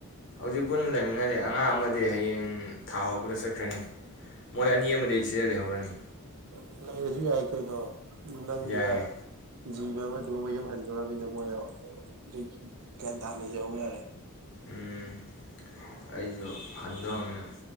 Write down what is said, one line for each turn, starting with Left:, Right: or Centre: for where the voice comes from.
Left: ꯍꯧꯖꯤꯛ ꯄꯨꯟꯅ ꯂꯩꯃꯤꯟꯅꯔꯤ ꯑꯉꯥꯡ ꯑꯃꯗꯤ ꯍꯌꯦꯡ ꯊꯥ ꯍꯧꯔꯛꯗ ꯆꯠꯈ꯭ꯔꯅꯤ ꯃꯣꯏ ꯑꯅꯤ ꯑꯃꯗꯤ ꯁꯤꯗ ꯂꯩꯍꯧꯔꯅꯤ꯫
Right: <unintelligible> ꯂꯩꯔꯖꯨ ꯌꯥꯏ ꯀꯩꯅꯣ꯫ ꯅꯪꯒ
Left: ꯌꯥꯏꯌꯦ
Right: ꯖꯤꯕ ꯑꯃꯖꯤ ꯃꯌꯨꯝ ꯍꯟꯗꯣꯏꯔꯕꯅꯤꯅ ꯃꯣꯏ <unintelligible> ꯒꯌꯥꯟ ꯇꯥꯅ ꯂꯩꯖꯍꯧ ꯌꯥꯔꯦ꯫
Left: ꯎꯝ ꯑꯩꯖꯨ ꯍꯟꯗꯣꯔꯃꯤꯅ